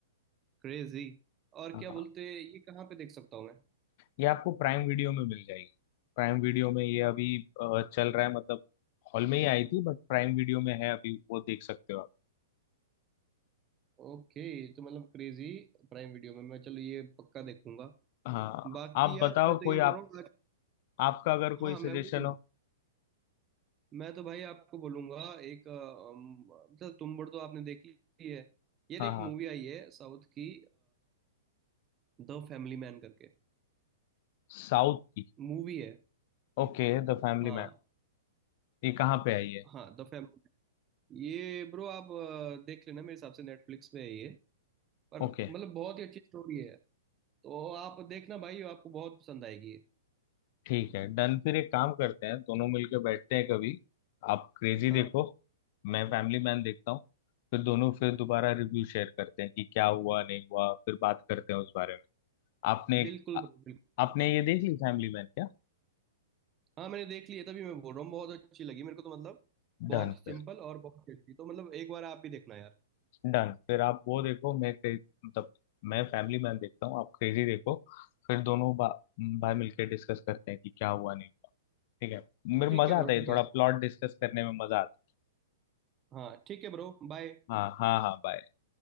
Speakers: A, on the right; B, on the left.
A: क्रेजी और
B: हाँ
A: क्या बोलते ये कहाँ पे देख सकता हूँ मैं
B: ये आपको प्राइम वीडियो में मिल जाएगी प्राइम वीडियो में ये अभी अ, चल रहा है मतलब हॉल में ही आई थी बट प्राइम वीडियो में है अभी वो देख सकते हो आप
A: ओके तो मतलब क्रेजी प्राइम वीडियो में मैं चलो ये पक्का देखूंगा
B: हाँ
A: बाकी
B: आप
A: यार
B: बताओ
A: मैं तो
B: कोई
A: ये बोल
B: आप
A: रहा हूँ आज
B: आपका अगर
A: हाँ
B: कोई सजेशन
A: मैं वही बोल
B: हो
A: मैं तो भाई आपको बोलूंगा एक अ, अम, चल तुम बड़ तो आपने देख ली है यार
B: हाँ
A: एक
B: हाँ
A: मूवी आई है साउथ की द फैमिली मैन करके
B: साउथ की
A: मूवी है
B: Okay The Family
A: हाँ
B: Man ये कहाँ पे आई है
A: हाँ द फैमिली मैन। ये ब्रो आप अ, देख लेना मेरे हिसाब से नेटफ्लिक्स पे है ये पर
B: ओके
A: मतलब बहुत ही अच्छी स्टोरी है तो आप देखना भाई आपको बहुत पसंद आएगी ये।
B: ठीक है डन फिर एक काम करते हैं दोनों मिलकर बैठते हैं कभी आप क्रेजी देखो
A: हाँ
B: मैं फैमिली मैन देखता हूँ फिर दोनों फिर दोबारा रिव्यू शेयर करते हैं कि क्या हुआ नहीं हुआ फिर बात करते हैं उस बारे में आपने
A: बिल्कुल
B: आ-
A: bro,
B: आपने ये देख ली फैमिली मैन क्या
A: हाँ मैंने देख ली है तभी मैं बोल रहा हूँ बहुत अच्छी लगी मेरे को तो मतलब बहुत
B: डन फिर
A: सिंपल और बहुत अच्छी तो मतलब एक बार आप भी देखना यार
B: डन फिर आप वो देखो मैं क्रे- मतलब मैं फैमिली मैन देखता हूँ आप क्रेजी देखो फिर दोनों बा, भाई मिलकर डिस्कस करते हैं कि क्या हुआ नहीं हुआ ठीक है मेरे
A: ठीक
B: मजा
A: है ब्रो
B: आता है
A: ठीक
B: थोड़ा
A: है
B: प्लॉट डिस्कस करने में मजा आता
A: हाँ ठीक है ब्रो बाय
B: है हाँ हाँ हाँ बाय